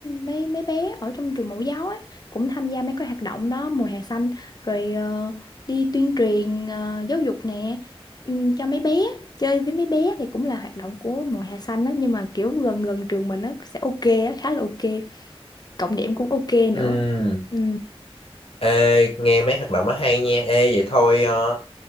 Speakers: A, on the left (about 40°); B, on the left (about 65°).
A: mấy mấy bé ở trong trường mẫu giáo ấy cũng tham gia mấy cái hoạt động đó mùa hè xanh rồi ờ, đi tuyên truyền ờ, giáo dục nè ừm, cho mấy bé chơi với mấy bé thì cũng là hoạt động của mùa hè xanh á nhưng mà kiểu gần gần trường mình nó sẽ ok á khá là ok cộng điểm cũng ok
B: ừ
A: nữa ừ
B: ê nghe mấy hoạt động nó hay nha ê vậy thôi ờ,